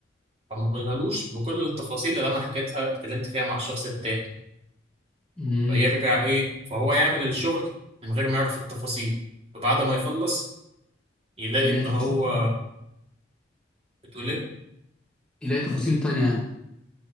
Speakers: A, on the right; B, in the centre.
A: فما اقولهالوش بكل التفاصيل اللي انا حكيتها اتكلمت فيها مع الشخص التاني
B: امم
A: فيرجع ايه فهو يعمل الشغل من غير ما يعرف التفاصيل فبعد ما يخلص يلاقي
B: يلاقي
A: ان
B: تفاصيل
A: هو بتقول ايه
B: يلاقي تفاصيل تانية يعني